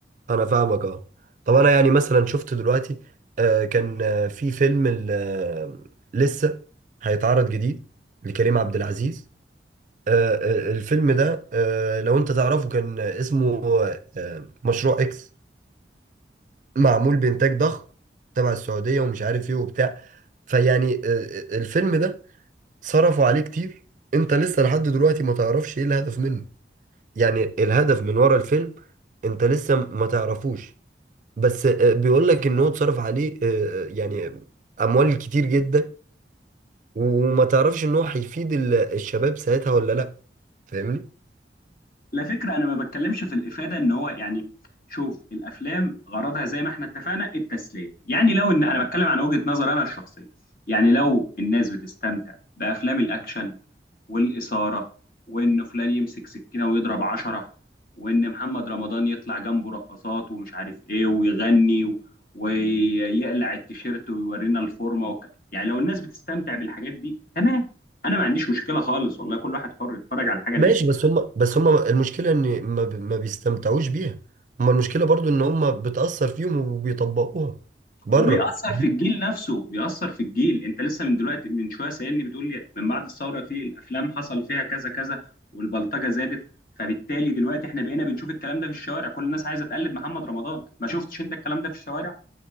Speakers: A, on the right; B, on the left.
A: انا فاهمك اه طب انا يعني مثلا شفت دلوقتي آه كان آه في فيلم ال- آه، لسه هيتعرض جديد لكريم عبد العزيز آه آه، الفيلم ده آه لو انت تعرفه كان اسمه آه آه، مشروع اكس معمول بإنتاج ضخم تبع السعودية ومش عارف إيه وبتاع فيعني آه، آه، الفيلم ده صرفوا عليه كتير أنت لسه لحد دلوقتي ما تعرفش إيه الهدف منه يعني الهدف من ورا الفيلم أنت لسه ما تعرفوش بس آه، بيقولك إن هو اتصرف عليه آه، آه، يعني أموال كتير جدا وما تعرفش إن هو هيفيد ال- الشباب ساعتها ولا لأ فاهمني؟
B: لا فكرة أنا ما بتكلمش في الإفادة إن هو يعني شوف الأفلام غرضها زي ما إحنا اتفقنا التسلية يعني لو إن أنا بتكلم عن وجهة نظر أنا الشخصية يعني لو الناس بتستمتع بأفلام الأكشن والإثارة وإن فلان يمسك سكينة ويضرب عشرة وإن محمد رمضان يطلع جنبه رقصات ومش عارف إيه ويغني و- ويقلع التيشيرت ويورينا الفورمة وك... يعني لو الناس بتستمتع بالحاجات دي تمام أنا ما عنديش مشكلة خالص والله كل واحد حر يتفرج على الحاجة
A: ماشي
B: اللي يحبها
A: بس هم بس هم المشكلة ان ما, ب- ما بيستمتعوش بيها هم المشكلة برضو ان هم بتأثر فيهم وبيطبقوها بره
B: وبيأثر
A: فاهمني؟
B: في الجيل نفسه بيأثر في الجيل انت لسه من دلوقتي من شويه سألني بتقول لي من بعد الثوره في الافلام حصل فيها كذا كذا والبلطجه زادت فبالتالي دلوقتي احنا بقينا بنشوف الكلام ده في الشوارع كل الناس عايزه تقلد محمد رمضان ما شفتش انت الكلام ده في الشوارع